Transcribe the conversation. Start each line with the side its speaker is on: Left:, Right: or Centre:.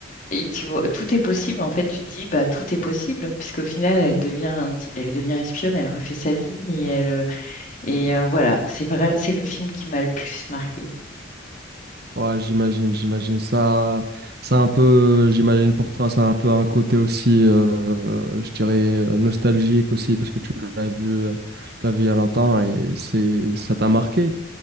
Left: et tu vois, tout est possible. En fait, tu te dis, bah, tout est possible, puisqu'au final, elle devient un petit- elle devient espionne. Elle refait sa vie et elle euh, et euh, voilà. C'est vrai. C'est le film qui m'a le plus marqué.
Right: Ouais, j'imagine, j'imagine. Ça, ça un peu, j'imagine pour toi, ça a un peu un côté aussi, euh, je dirais, euh, nostalgique aussi, parce que tu l'as vu, euh, tu l'as vu il y a longtemps et c'est, ça t'a marqué.